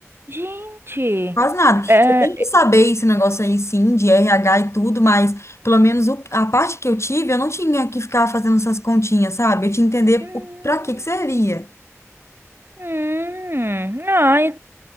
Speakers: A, on the right; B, on the left.
A: Gente,
B: Quase nada.
A: é,
B: Você tem que saber esse negócio aí, sim, de RH e tudo, mas pelo menos o- a parte que eu tive, eu não tinha que ficar fazendo essas continhas, sabe? Eu tinha que entender
A: hum.
B: o- pra que que servia.
A: Hum, ah, e-